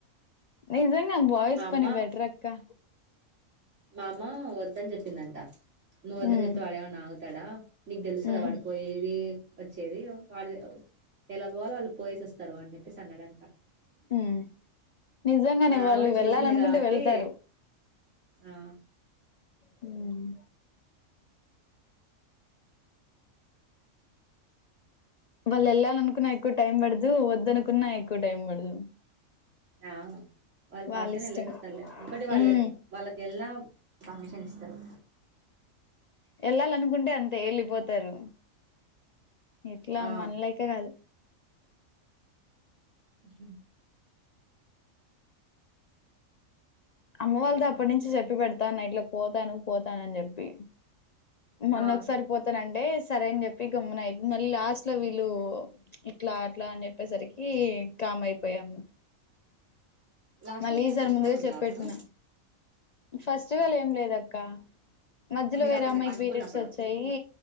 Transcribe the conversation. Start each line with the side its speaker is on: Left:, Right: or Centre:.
Left: నిజంగా బాయ్స్
Right: మా అమ్మ
Left: పని బెటర్ అక్కా
Right: మా అమ్మ వద్దని చెప్పిందంట నువ్వొద్దని
Left: ఉమ్
Right: చెప్తే వాడేమన్నా ఆగుతాడా నీకు తెలుస్తదా
Left: ఉమ్
Right: వాడుపోయేది వచ్చేది వాళ్ళు ఎలా పోవాలో వాళు పోయేస స్తారు అని చెప్పేసి అన్నాడంటా
Left: ఉమ్ నిజంగానే
Right: మా నాన్న
Left: వాళ్ళు
Right: కూడా చేసింది
Left: వెళ్ళాలనుకుంటే
Right: కాబట్టి
Left: వెళ్తారు
Right: ఆ
Left: మ్.. వాళ్ళు ఎళ్ళాలనుకున్న ఎక్కువ టైం పడదు వద్దు అనుకున్నా ఎక్కువ టైం పడదు
Right: ఆ వాళు ఫాష్ట్
Left: వాళ్ళ
Right: గానె
Left: ఇష్టం
Right: ఎళ్ళెసి వస్తారులే ఇంకోటి వాళ్ళు
Left: ఉమ్
Right: వాళ్ళకి ఎళ్నా పర్మిషన్ ఇస్తారు
Left: వెళ్ళాలనుకుంటే అంతే వెళ్ళిపోతారు ఇట్లా
Right: ఆ
Left: మనలైక కాదు
Right: హు మ్
Left: అమ్మ వాళ్ళతో అప్పటి నుంచి చెప్పి పెడతాన్న ఇట్లా పోతాను పోతానని చెప్పి మొన్న
Right: ఆ
Left: ఒక సరిపోతానంటే సరే అని చెప్పి గమ్మున అయింది మళ్ళీ లాస్ట్ లో వీళ్ళు ఇట్లా అట్లా అని చెప్పేసరికీ కామ్ అయిపోయాము
Right: లాస్ట్
Left: మళ్ళీఈసారి
Right: టైం ఏదో ఫెస్టివల్
Left: ముందుగా
Right: ఉందా
Left: చెప్పెట్టిన
Right: అప్పుడు
Left: ఫస్టివల్ ఏం లేదక్క మధ్యలో
Right: మీరు
Left: వేరే
Right: అప్పుడు
Left: అమ్మాయికి
Right: అనుకున్నప్పుడు
Left: పీరియడ్స్ వచ్చాయి